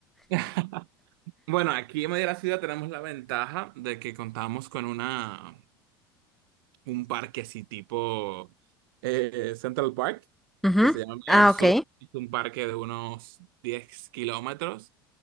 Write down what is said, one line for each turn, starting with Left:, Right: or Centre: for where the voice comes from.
Right: <laughs> Bueno, aquí en medio de la ciudad tenemos la ventaja de que contamos con una, un parque así tipo eh, Central Park,
Centre: <laughs> Ujú.
Right: que se llama Mirador
Centre: Ah,
Right: Sur.
Centre: ok.
Right: Es un parque de unos 10 kilómetros